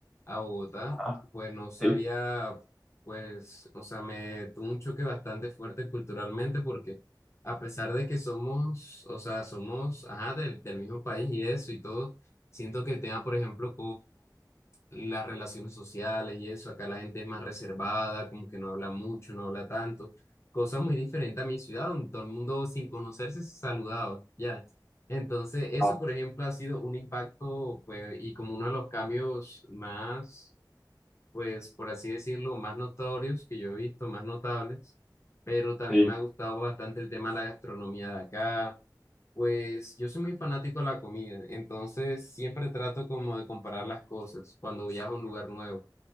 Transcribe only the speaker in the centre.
Ajá,
sí.
Ah,
sí.